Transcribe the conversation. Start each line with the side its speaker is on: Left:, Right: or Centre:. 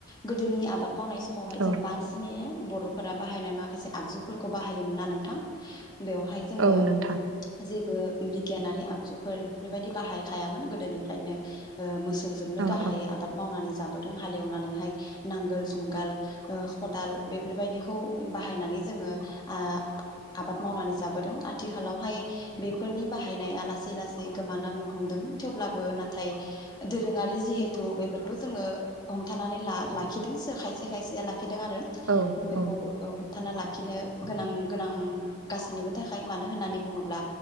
Left: गोदोनि आबाद मावनाय समावहाय
Right: औ
Left: जों बांसिनैयो बर'फोरा बाहायनाय माखासे आगजुफोरखौ बाहायोमोन ना नोंथां बेवहाय जोङो
Right: औ नोंथां
Left: जेबो बिगियानारि आगजुफोर बेफोरबायदि बाहाय हायामोन गोदोनिफ्रायनो ओ मोसौ थौ जोंनो
Right: औ
Left: गाहाया
Right: औ
Left: मानि जाबोदों हालेवनानैहाय नांगोल जुंगाल ओ खदाल बेफोरबायदिखौ बाहायनानै जोङो आ आबाद मावनानै जाबोदों। आथिखालावहाय बेफोरनि बाहायनाया लासै लासै गोमालांनो हमदो थेवब्लाबो नाथाय दोरोङारि जिहे थ बेफोरखौ जोङो हमथानानै ला लाखिदोंसो खायसे खायसे लाखि लाखिदों आरो
Right: औ
Left: बेखौ
Right: औ
Left: हमथाना ला खिनो गोनां गोनां गासैनिबो थाखाय मानो होननानै बुङोब्ला